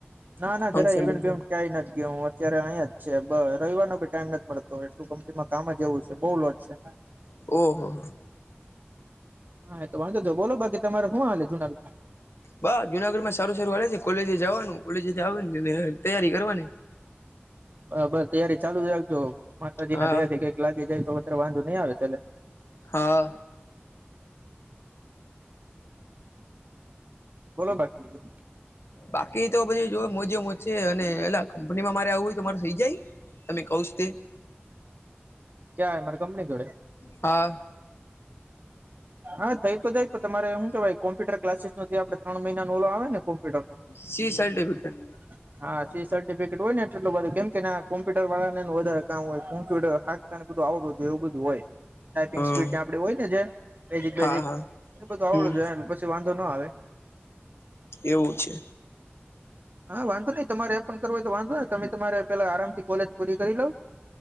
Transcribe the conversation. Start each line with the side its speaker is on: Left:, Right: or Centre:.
Right: ના ના
Left: ફંક્શન
Right: જરા એવેન્ટ
Left: બંક્શન
Right: બેવ ક્યાય નથી જ ગયો હ અત્યારે અહીં જ છે રવાનો ભી ટાઈમ નથી મળતો એટલું કંપનીમાં કામ જ એવું છે બઉુ લોટ છે
Left: ઓહ
Right: હા, તો વાંધો તો બોલો. બાકી તમારે શું હાલે જુનાગઢમાં?
Left: બાહ, જુનાગઢ માં સારું સારું છે. હા, કોલેજ જવાનું, કોલેજ આવે નેને તૈયારી કરવાની.
Right: બબસ, તૈયારી ચાલુ જ રાખજો. માતાજી
Left: હા
Right: ના દયા થી કંઈક લાગી જાય તો વધારે વાંધો નહી આવે, એટલે.
Left: હા.
Right: બોલો, બાકી બીજો.
Left: બાકી તો બધી જો મોજે મોજ. છે, અને એલા કંપનીમાં મારે આવું હોય તો મારે થઈ જાય. તમે કહીશ તે.
Right: ક્યાંય મારી કંપની જોડે.
Left: હા.
Right: હા, થઈ તો થઈ. તમારે શું કેવાય? કોમ્પ્યુટર ક્લાસીસ નથી આપણે ત્રણ મહિનાનો? આવે ને કોમ્પ્યુટર.
Left: C certificate.
Right: હા <unintelligible> હા, સી સર્ટિફિકેટ હોય ને એટલે બધા કેમ કે કોમ્પ્યુટ વાળા એ વધારે કામ હોય, કોમ્પ્યુટર. બધું આવું, બધું એવું, બધું હોય. ટાઈપિંગ
Left: હા
Right: સ્પીડ ને આપડે હોય ને, જે એ,
Left: હા હા
Right: એ બધું
Left: હમ
Right: આવડું જો, પછી વાંધો ના આવે.
Left: એવું છે.
Right: હા, વાંધો નઈ. તમારે એ પણ કરવું હોય તો વાંધો. તમે તમારે પેલા આરામથી કોલેજ પૂરી કરી લઉ,